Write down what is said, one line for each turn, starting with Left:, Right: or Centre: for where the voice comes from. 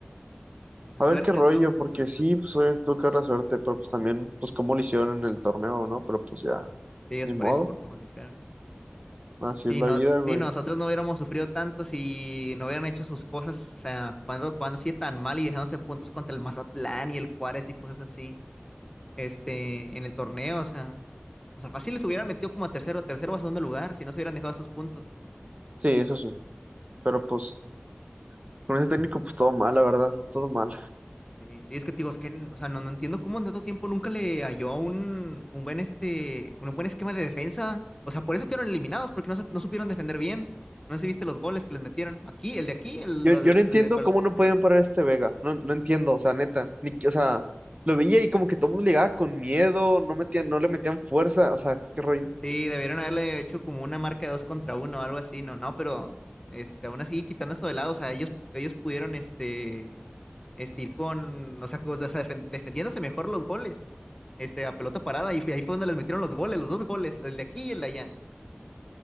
Left: Pues de
Right: A
Left: suerte
Right: ver qué rollo,
Left: es lo,
Right: porque sí,
Left: lo que tocó.
Right: pues obviamente tuvo que haber la suerte, pero pues también, pues cómo lo hicieron en el torneo, ¿no? Pero pues ya,
Left: Y ellos
Right: ni
Left: por
Right: modo,
Left: eso, por cómo lo hicieron.
Right: así es
Left: Sí,
Right: la
Left: no,
Right: vida,
Left: sí,
Right: güey.
Left: nosotros no hubiéramos sufrido tanto si no hubieran hecho sus cosas, o sea, cuando, cuando sí tan mal y dejándose puntos contra el Mazatlán y el Juárez y cosas así, este, en el torneo, o sea. O sea, fácil les hubieran metido como a tercero, tercero o a segundo lugar, si no se hubieran dejado esos puntos.
Right: Sí, eso sí, pero pues con ese técnico, pues todo mal, la verdad, todo mal.
Left: Sí, sí, es que te digo, es que, o sea, no, no entiendo cómo en tanto tiempo nunca le halló un, un buen este, un buen esquema de defensa. O sea, por eso quedaron eliminados, porque no, su- no supieron defender bien. No sé si viste los goles que les metieron. Aquí, el de aquí, el,
Right: Yo,
Left: la-
Right: yo
Left: el
Right: no entiendo
Left: de Pal-
Right: cómo no pueden parar a este Vega, no, no entiendo, o sea, neta, ni, que- o sea, lo veía y como que todo el mundo le llegaba con miedo, no metían, no le metían fuerza, o sea, qué rollo.
Left: Sí, debieron haberle hecho como una marca de dos contra uno o algo así, no, no, pero este, aún así, quitando eso de lado, o sea, ellos, ellos pudieron, este este, ir con, o sea, o sea, defen- defendiéndose mejor los goles, este, a pelota parada, y fue- ahí fue donde les metieron los goles, los dos goles, el de aquí y el de allá.